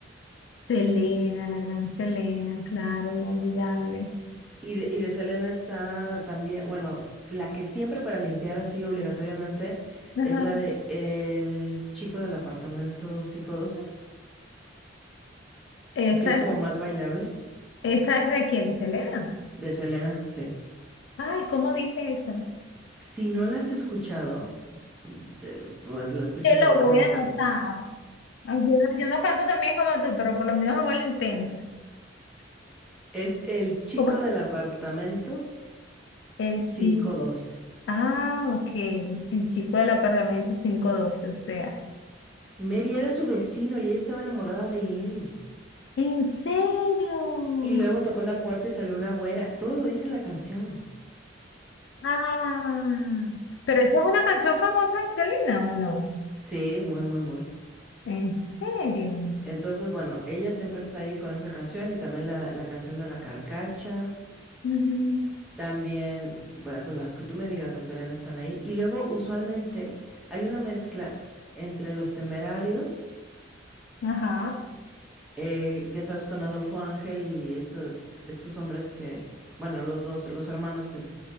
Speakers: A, on the left; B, in the centre.
A: Selena, la gran Selena, claro, inolvidable.
B: Y de, y de Selena está también, bueno, la que siempre para limpiar así obligatoriamente
A: Ajá.
B: es la de El chico del apartamento quinientos doce,
A: Esa,
B: que es como
A: es-
B: más bailable.
A: esa es de quién, de Selena.
B: De Selena, sí.
A: Ay, ¿cómo dice esa?
B: Si no la has escuchado, de- pues la escuchas
A: Te lo
B: ahorita
A: voy
B: en un
A: a anotar.
B: ratito.
A: Ay, Yo no, yo no canto tan bien como tú, pero por lo menos hago el intento.
B: Es El chico
A: ¿Cómo?
B: del apartamento
A: El
B: quinientos
A: chip.
B: doce.
A: Ah, ok. El chico del apartamento 512, o sea.
B: Mary era su vecino y ella estaba enamorada de él.
A: ¿En serio?
B: Y luego tocó la puerta y salió una güera. Todo lo dice en la canción.
A: Ah, pero esta es una canción famosa de Selena, ¿o no?
B: Sí, muy, muy, muy.
A: ¿En serio?
B: Entonces, bueno, ella siempre está ahí con esa canción y también la, la canción de la carcacha.
A: Ujú.
B: También, bueno, pues las que tú me digas de Selena están ahí. Y luego, usualmente, hay una mezcla entre los temerarios,
A: Ajá.
B: eh, ya sabes, con Adolfo Ángel y esto- estos hombres que, bueno, los dos, los hermanos que